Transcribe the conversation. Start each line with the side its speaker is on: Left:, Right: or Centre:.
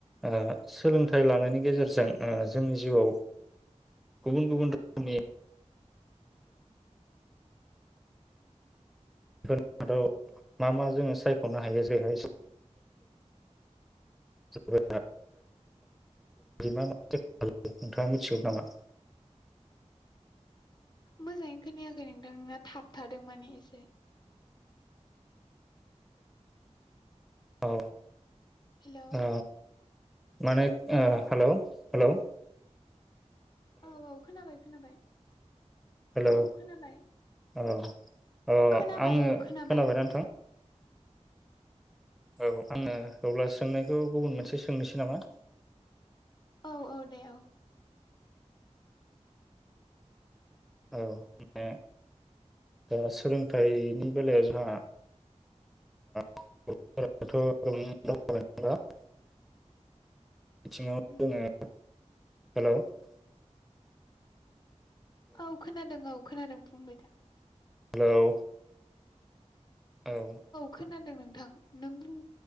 Centre: ओ सोलोंथाइ लानायनि गेजेरजों ओ जोंनि जिउआव गुबुन गुबुन रोखोमनि फोरनि मादाव मा मा जोङो सायख'नो हायो जेरैहाय बे मा नोंथाङा मिथिगौ नामा?
Left: मोजाङैनो खोनायाखै नोंथां नोंना थाब थादों माने एसे।
Centre: औ
Left: हेलौ
Centre: औ। माने हेल' हेल'।
Left: औ औ खोनाबाय। खोनाबाय।
Centre: हेलौ
Left: औ खोनाबाय
Centre: औ अ
Left: खोनाबाय
Centre: आङो
Left: औ खोनाबाय
Centre: खोनाबायना नोंथां? औ आङो अब्ला सोंनायखौ गुबुन मोनसे सोंनोसै नामा?
Left: औ औ दे औ।
Centre: औ बे दा सोलोंथाइनि बेलायाव जोंहा <unintelligible> मिथिङाव जोङो
Left: उम उम
Centre: हेल'।
Left: औ खोनादों औ। खोनादों बुंबाय था।
Centre: हेल' औ
Left: खोनादों नोंथां नों बुं।